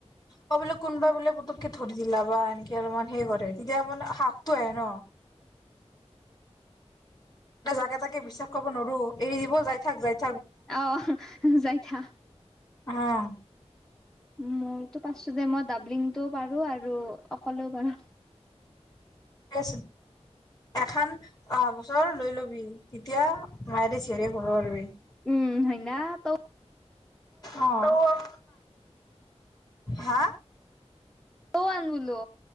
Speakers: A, on the left; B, in the centre.
A: অ বোলে কোনবা বোলে পুকে ধৰি দিলা বা এনেকে অলপমান সেই তেতিয়া মান শাকটো আহ ন জাগে তাকে বিশ্বাস কৰিব নোৱাৰো এৰি দব যায় থাক যায়
B: আহ যাই থা
A: আহ
B: মোৰতো পাৰছো দে মই ডাবলিংটোও পাৰো আৰু অকলেও পাৰো
A: আ এখন অহ বছৰ লৈ লবি তেতিয়া মায়ে দে য়ৰে ঘৰ উবি
B: উম হয়না ত
A: অ' হা
B: ক আন গুলো